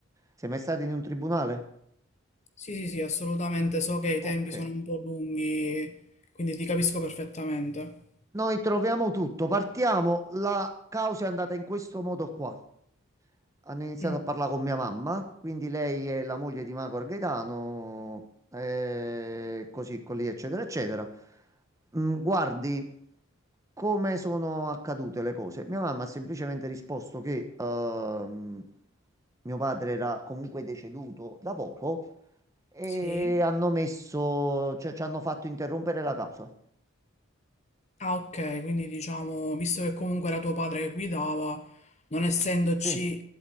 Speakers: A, on the right (about 15°); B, on the left (about 35°).
A: Sei mai stato in un tribunale?
B: Sì, sì, sì, assolutamente. So che i
A: Ok.
B: tempi sono un po' lunghi, quindi ti capisco perfettamente.
A: Noi troviamo tutto, partiamo. La causa è andata in questo modo qua. Hanno iniziato
B: Mm,
A: a parlare con mia mamma, quindi lei è la moglie di Magor Gaetano, eh, così, così, eccetera, eccetera. Mm, guardi come sono accadute le cose. Mia mamma ha semplicemente risposto che ehm, mio padre era comunque deceduto da poco e
B: Sì.
A: hanno messo, cioè ci hanno fatto interrompere la causa.
B: Ah, ok, quindi diciamo, visto che comunque era tuo padre che guidava, non essendoci,
A: Sì.